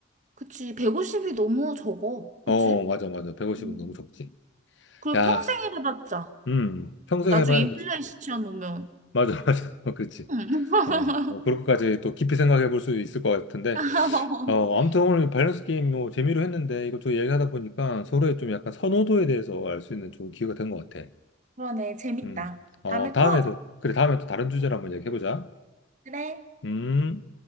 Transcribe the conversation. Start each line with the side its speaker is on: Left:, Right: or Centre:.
Right: 그치. 150이 너무 적어. 그치?
Left: 어, 맞아, 맞아. 150은
Right: 음.
Left: 너무 적지.
Right: 그리고
Left: 야.
Right: 평생 일해봤자.
Left: 음, 평생
Right: 나중에
Left: 해봐야,
Right: 인플레이션
Left: 그치.
Right: 오면.
Left: 맞아, <laughs> 맞아. 어, 그렇지.
Right: 응.
Left: 어, 뭐, 그렇게까지 또 깊이 생각해 볼 수 있을 것 같은데.
Right: <laughs>
Left: 어, 아무튼 오늘 밸런스 게임 뭐 재미로 했는데 이것저것 얘기하다 보니까 서로의 좀 약간 선호도에 대해서 알 수 있는 좋은 기회가 된 것 같아.
Right: 그러네. 재밌다.
Left: 음, 어,
Right: 다음에
Left: 다음에도,
Right: 또 하자.
Left: 그래, 다음에 또 다른 주제로 한번 얘기해보자.
Right: 그래.
Left: 음.